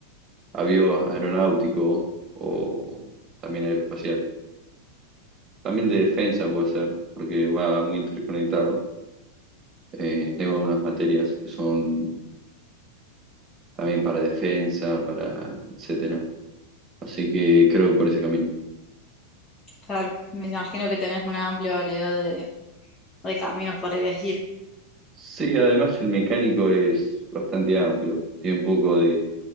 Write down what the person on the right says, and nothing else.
avio aeronáutico o también aeroespacial. También de defensa puede ser, porque va muy interconectado. Eh, tengo algunas materias que son también para defensa, para etcétera. Así que creo que por ese camino.
Sí, además el mecánico es bastante amplio. Tiene un poco de